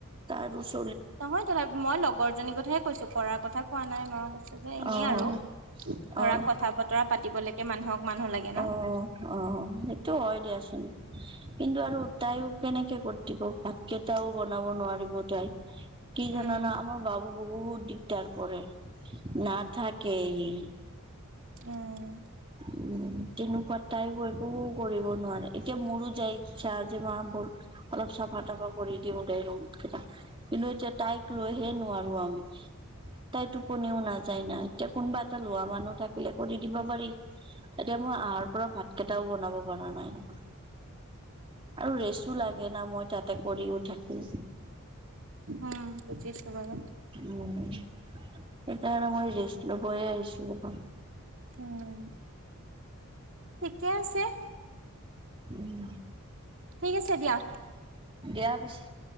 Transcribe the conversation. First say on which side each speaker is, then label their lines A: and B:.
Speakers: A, on the right; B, on the right.
A: তাৰ পিছত
B: নহয় তথাপ মই লগৰজনীৰ কথাহে কৈছো কৰাৰ কথা কোৱা নাই মই কৈছো যে এনেই
A: অ'।
B: আৰু ধৰা
A: অ',
B: কথা বতৰা পাতিবলৈকে মানুহক মানুহ লাগে।
A: অ'
B: ন
A: অ' অ' অ' সেইটো হয় দিয়াচোন। কিন্তু আৰু তাইও কেনেকে কৰ দিব ভাতকেটাও বনাব নোৱাৰিব তাই। কি
B: উম
A: জানানা আমাৰ বাবু বহুত দিগদাৰ কৰে নাথাকে সি
B: উম
A: <inaudible> উম তেনেকুৱা তাইও একো কৰিব নোৱাৰে এতিয়া মোৰো যায় ইচ্ছা যে মা বল অলপ চাফা তাফা কৰি দিওঁ দে ৰুমকেটা কিন্তু এতিয়া তাইক লৈহে নোৱাৰো আমি। তাই টোপনিও নাযায় না এতিয়া কোনোবা এটা লোৱা মানুহ থাকিলে কৰি দিবা পাৰি। এতিয়া মই আহাৰ পৰা ভাত কেইটাও বনাব পৰা নাই । আৰু ৰেচো লাগে না মই তাতে কৰিও থাকোঁ।
B: উম বুজিছো বাৰু ।
A: উম সেইকাৰণে মই ৰেষ্ট লবয়ে আহিছো ৰবা।
B: উম, ঠিকে আছে।
A: উম।
B: ঠিক আছে দিয়া।
A: দিয়া পিছে।